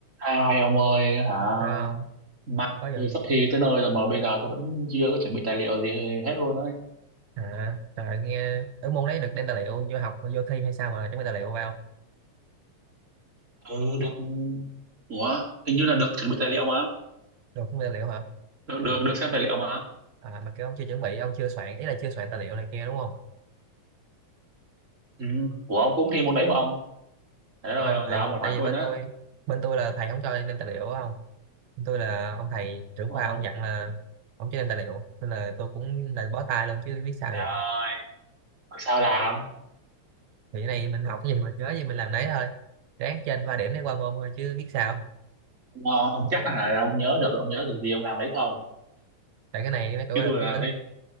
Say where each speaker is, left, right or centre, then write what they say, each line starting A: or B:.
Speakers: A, on the right; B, on the right.
A: Ai ông ơi hả
B: không
A: mai
B: có vô
A: tôi sắp thi tới nơi rồi mà bây giờ tôi vẫn chưa có chuẩn bị tài liệu gì hết luôn ấy
B: à trời nghe ở môn đấy được đem tài liệu vô học vô thi hay sao mà chuẩn bị tài liệu vào không?
A: ừ được ủa hình như là được chuẩn bị tài liệu mà
B: được chuẩn bị tài liệu hả
A: được được
B: vậy cũng
A: được xem tài liệu mà
B: à, mà kêu ông chưa chuẩn bị ông chưa soạn ý là chưa soạn tài liệu này kia đúng không
A: ừ. ủa ông cũng thi môn đấy mà ông Trời đất
B: không
A: ơi
B: tại
A: giờ ông còn hỏi
B: tại vì
A: tôi
B: bên
A: nữa
B: tôi bên tôi là thầy không cho nên tài liệu không bên tôi là ông thầy trưởng
A: ồ
B: khoa ông dặn là ông cho nên tài liệu nên là tôi cũng là bó tay luôn chứ biết sao
A: trời
B: giờ
A: ơi sao làm
B: thì cái này mình học cái gì mình nhớ gì mình làm đấy thôi ráng trên ba điểm để qua môn thôi chứ biết sao
A: ông, ờ, ông chắc là hả, ông nhớ được ông nhớ được gì ông làm đấy không
B: tại cái này
A: <laughs>
B: nó
A: chứ
B: gọi
A: tôi
B: là cũng
A: là
B: lĩnh
A: thấy